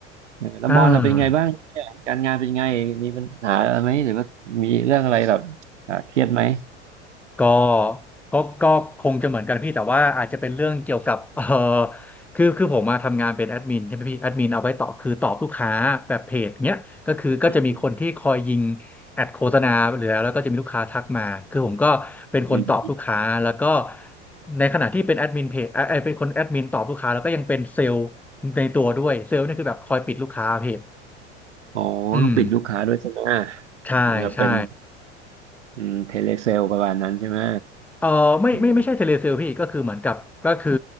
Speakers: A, on the right; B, in the centre.
A: เออแล้วบอลล่ะเป็นไงบ้างเนี่ยการงานเป็นไงมีปัญหาอะไรไหมหรือว่ามีเรื่องอะไรแบบอ่าเครียดไหม
B: อ่า ก็ก็ก็คงจะเหมือนกันพี่แต่ว่าอาจจะเป็นเรื่องเกี่ยวกับ <laughs> เออคือคือผมมาทำงานเป็นแอดมินใช่ไหมพี่แอดมินเอาไว้ตอบคือตอบลูกค้าแบบเพจเนี้ยก็คือก็จะมีคนที่คอยยิง
A: อืม
B: แอดโฆษณาหรือแล้วแล้วก็จะมีลูกค้าทักมาคือผมก็เป็นคนตอบลูกค้าแล้วก็
A: อืม
B: ในขณะที่เป็นแอดมินเพจเออเอ่อเป็นคนแอดมินตอบลูกค้าแล้วก็ยังเป็นเซลล์ในตัวด้วยเซลล์นี่คือแบบคอยปิดลูกค้าเพจ
A: อ๋อต้องปิดลูกค้าด้วยใช่ไหม
B: อืมใช่ใช่
A: เหมือนกับเป็นอืมเทเลเซลประมาณนั้นใช่ไหม
B: เออไม่ไม่ไม่ใช่เทเลเซลพี่ก็คือเหมือนกับก็คือ
A: อืม